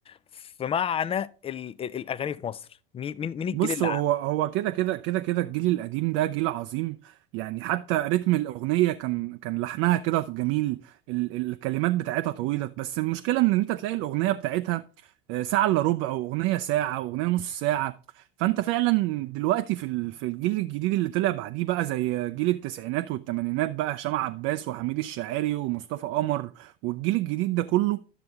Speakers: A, on the left; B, on the right.
A: في معنى ال ال الأغاني في مصر مين مين مين الجيل
B: بص
A: اللي
B: هو
A: عمل
B: هو كده كده كده كده الجيل القديم ده جيل عظيم يعني حتى رتم الأغنية كان كان لحنها كده جميل ال- الكلمات بتاعتها طويلة بس المشكلة إن أنت تلاقي الأغنية بتاعتها آه، ساعة إلا ربع وأغنية ساعة وأغنية نص ساعة فأنت فعلا دلوقتي في ال- في الجيل الجديد اللي طلع بعديه بقى زي جيل التسعينات والثمانينات بقى هشام عباس وحميد الشاعري ومصطفى قمر والجيل الجديد ده كله